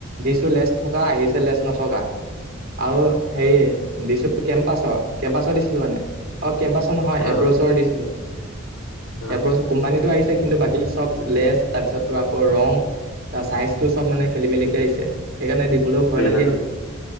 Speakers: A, on the right; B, on the left.
A: দিছো লেছ থকা আহিছে লেছ নথকা। আৰু হেৰি দিছো কেম্পাছৰ কেম্পাছৰ দিছিলো মানে অ- কেম্পাছৰ নহয়
B: অ
A: এব্ৰ'চৰ দিছিলোঁ-
B: অ
A: এব কোম্পানীটো আহিছে কিন্তু বাকী চব লেচ তাৰপিছত তো আকৌ ৰং চাইজ- চব মানে খেলি মেলিিক আহি সেইণে দ- লেও ভয়
B: ৰিটাৰ্ণ
A: লাগি আছে